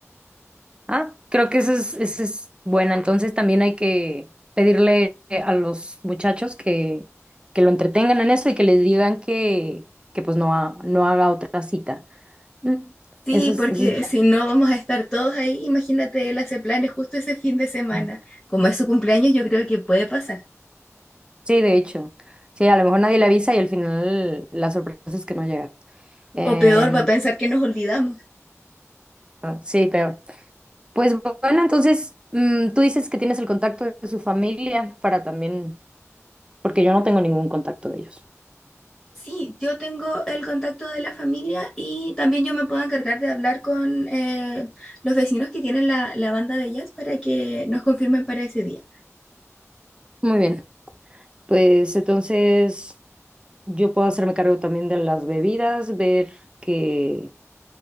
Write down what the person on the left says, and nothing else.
Sí,
porque
si no vamos a estar todos ahí, imagínate, él hace planes justo ese fin de semana.
Como es su cumpleaños, yo creo que puede pasar.
O peor, va a pensar que nos olvidamos.
Sí, yo tengo el contacto de la familia y también yo me puedo encargar de hablar con eh, los vecinos que tienen la, la banda de jazz para que nos confirmen para ese día.